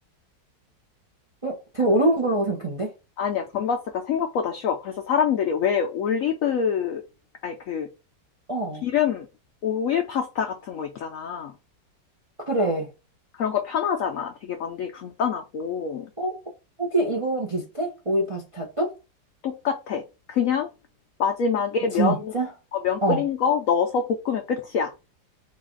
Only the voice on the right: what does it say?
어? 되게 어려운 걸로 생각했는데?
어.
그래.
어? 혹시 이거랑 비슷해? 오일 파스타도?
진짜?
어.